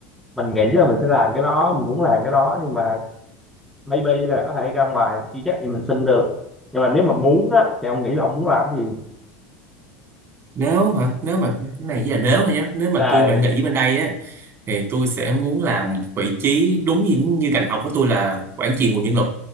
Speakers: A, in the centre; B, on the right.
A: mình nghĩ là mình sẽ làm cái đó, mình muốn làm cái đó nhưng mà maybe là có thể ra ngoài chưa chắc thì mình xin được. Nhưng mà nếu mà muốn á thì ông nghĩ là ông muốn làm cái gì?
B: nếu hả nếu mà cái này chỉ là nếu thôi nhé nếu mà
A: À,
B: tôi phải nghỉ bên đây á thì tôi sẽ muốn làm một vị trí đúng như, như ngành học của tôi là quản trị nguồn nhân lực